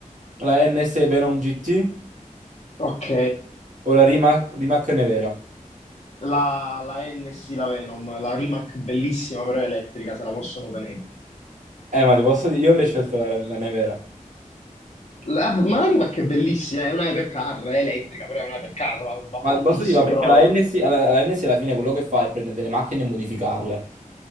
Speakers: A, on the right; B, on the left.
A: La NS Venom GT
B: Ok,
A: o la Rimac, Rimac Nevera?
B: la, la NSI, la Venom, la Rimac bellissima però è elettrica, se la possono tenere.
A: Eh, ma ti posso dire, io avrei scelto la, la Nevera.
B: La- ma la Rimac è bellissima, è una hypercar, è elettrica, però è una hypercar, va, va
A: Ma
B: fortissimo,
A: ti posso dire, ma perché
B: però...
A: la NS, alla- la NS alla fine quello che fa è prendere delle macchine e modificarle.